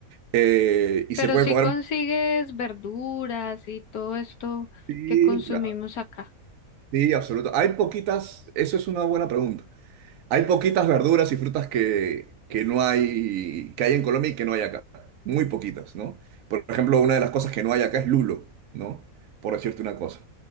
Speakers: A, on the right; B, on the left.
A: Eh, y
B: Pero
A: se puede
B: si
A: comer.
B: consigues verduras y todo esto
A: Sí,
B: que consumimos
A: claro,
B: acá,
A: sí, absoluto. Hay poquitas, eso es una buena pregunta. Hay poquitas verduras y frutas que, que no hay, que hay en Colombia y que no hay acá. Muy poquitas, ¿no? Por ejemplo, una de las cosas que no hay acá es lulo, ¿no? Por decirte una cosa.